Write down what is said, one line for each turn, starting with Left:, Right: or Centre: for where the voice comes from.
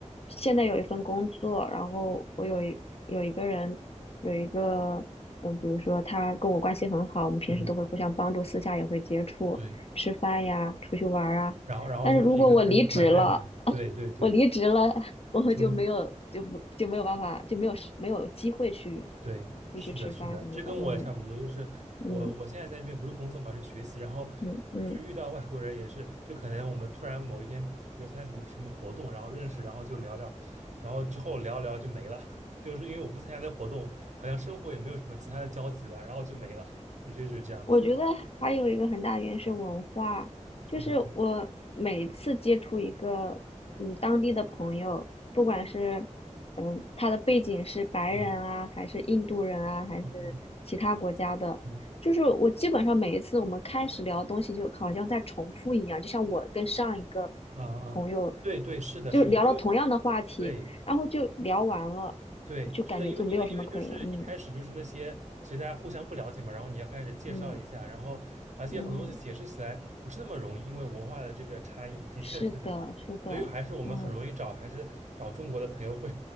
Left: 现在有一份工作，然后我有一有一个人有一个嗯，比如说他跟我关系很好，我们平时都会互相帮助，
Right: 嗯
Left: 私下也会接触，
Right: 对，
Left: 吃饭呀，出去玩儿啊。
Right: 然后然后就是一个很短暂的，
Left: 但是如果我离职了，
Right: 对对对，
Left: 我离职了，我就没有就不就没有办法就没有时没有机会去
Right: 就对，
Left: 出去吃饭什么的。
Right: 是的，是的，这跟我也差不多。
Left: 嗯
Right: 就是我，
Left: 嗯
Right: 我现在在这边不是工作嘛，是学习，然后
Left: 嗯嗯。
Right: 就是遇到外国人也是，就可能我们突然某一天，比如参加什么什么活动，然后认识，然后就聊聊，然后之后聊聊就没了，<laughs> 就是因为我不参加那活动，好像生活也没有什么其他的交集了，然后就没了。的确就是这样子。
Left: 我觉得还有一个很大原因是文化，就是我每次接触一个嗯当地的朋友，
Right: 嗯
Left: 不管是嗯他的背景是白人啊，
Right: 嗯
Left: 还是印度人啊，还是其他国家的，
Right: 嗯嗯嗯嗯
Left: 就是我基本上每一次我们开始聊东西，就好像在重复一样，就像我跟上一个
Right: 啊啊，
Left: 朋友
Right: 对对，是的，
Left: 就聊了同样的话题，
Right: 是的，因为对。
Left: 然后就聊完了，
Right: 对，
Left: 就感觉就没有什么可以了，
Right: 是的，因为因为因为就是一开始就是那些，
Left: 嗯
Right: 其实大家互相不了解嘛，然后你要开始介绍一下，
Left: 嗯
Right: 然后而且很多东西解释起来不是那么容易，
Left: 嗯。
Right: 因为文化的这个差异，的确是的，
Left: 是的，是的，
Right: 所以还是我们很容易找，
Left: 嗯，
Right: 还是找中国的朋友会